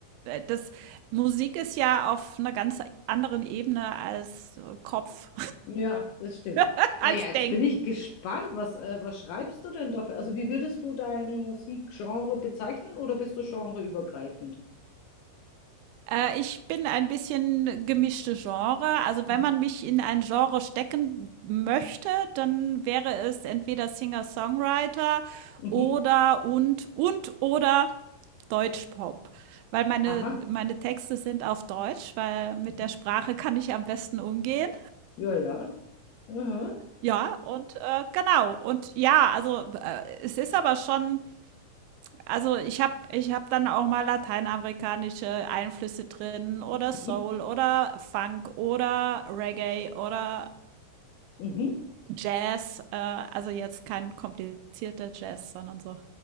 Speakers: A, on the right (about 85°); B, on the left (about 70°).
A: das Musik ist ja auf einer ganz anderen Ebene als äh, Kopf,
B: Ja, das stimmt.
A: <laughs> als
B: Naja, jetzt
A: Denken.
B: bin ich gespannt, was, äh, was schreibst du denn dafür? Also, wie würdest du dein Musikgenre bezeichnen oder bist du genreübergreifend?
A: Äh, ich bin ein bisschen gemischte Genre. Also
B: Mhm.
A: wenn man mich in ein Genre stecken möchte, dann wäre es entweder Singer-Songwriter
B: Mhm.
A: oder und und oder Deutschpop. Weil meine,
B: Aha.
A: meine Texte sind auf Deutsch, weil mit
B: Mhm.
A: der Sprache kann ich am besten umgehen.
B: Ja, ja. Aha.
A: Ja, und äh, genau. Und ja, also äh, es ist aber schon. Also, ich habe ich habe dann auch mal lateinamerikanische Einflüsse drin oder Soul
B: Mhm.
A: oder Funk oder Reggae oder
B: Mhm.
A: Jazz, äh, also jetzt kein komplizierter Jazz, sondern so.